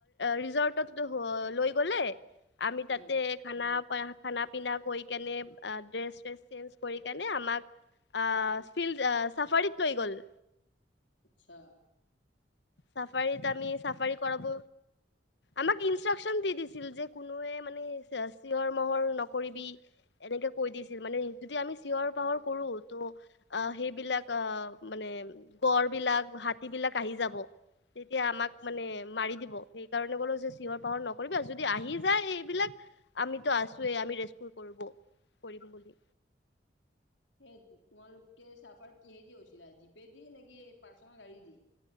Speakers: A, on the left; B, on the left.
A: ৰিজৰ্টত লৈ গলে আমি তাতে
B: উম
A: খানা খানা পিনা কৰি কেনে ড্ৰেছ চেচ চেঞ্জ কৰি কেনে আমাক আহ ফিল্ড চাফাৰীত লৈ গল
B: আচ্ছা
A: চাফাৰীত আমি চাফাৰী কৰাব আমাক ইনষ্ট্ৰাকচন দি দিছিল যে কোনোৱে মানে চিঞৰ মহৰ নকৰিবি এনেকে কৈ দিছিল মানে যদি আমি চিঞৰ বাখৰ কৰো ত' অ সেইবিলাক আহ মানে গড় বিলাক হাতী বিলাক আহি যাব তেতিয়া আমাক
B: আচ্ছা
A: মানে মাৰি দিব সেইকাৰণে গলো যে চিঞৰ বাখৰ নকৰিব যদি আহি যায় এইবিলাক আমিতো আছোয়েই আমি ৰে কৰিব কৰিম বুলি?
B: সেই তোমালোকে চাফাৰ কিহে দি গৈছিলা জিপে দি নেকি পাৰ্চনেল গাড়ী দি